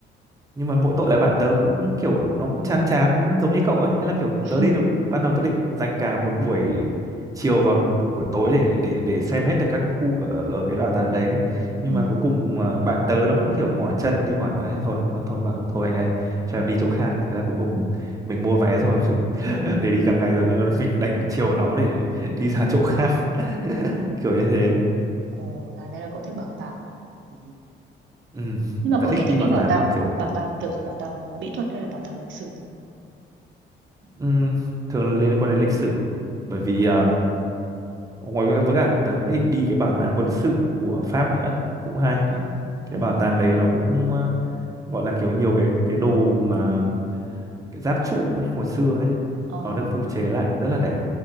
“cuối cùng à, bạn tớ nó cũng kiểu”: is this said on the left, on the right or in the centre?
Right